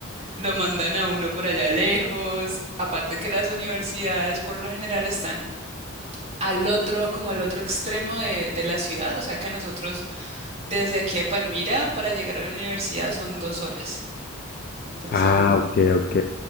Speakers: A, on the right; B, on the left.
A: lo mandan a uno por allá lejos. Aparte que las universidades por lo general están... al otro, como al otro extremo de, de la ciudad, o sea que a nosotros desde aquí de Palmira para llegar a la universidad son dos horas, dos
B: Ah,
A: horas.
B: ok, ok.